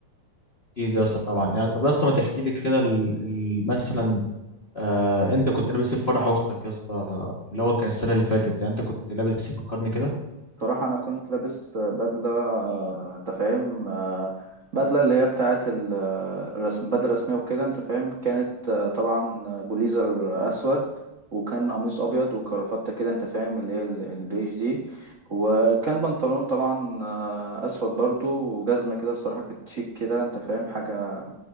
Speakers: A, on the left; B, on the right.
A: اكيد يا اسطى طبعا يعني طب يا اسطى ما تحكي لي كده ال- ال- مثلا آه انت كنت لابس ايه في فرح اختك يا اسطى اللي هو كان السنه اللي فاتت يعني انت كنت لابس ايه فكرني كده
B: صراحة أنا كنت لابس بدلة آه، أنت فاهم آه، بدلة اللي هي بتاعة الرسم بدلة رسمية وكده أنت فاهم كانت آه، طبعا بوليزر أسود وكان قميص أبيض وكرافتة كده أنت فاهم اللي هي ال- البيج دي وكان بنطلون طبعا آه، أسود برضو وجزمة كده الصراحة كانت شيك كده أنت فاهم حاجة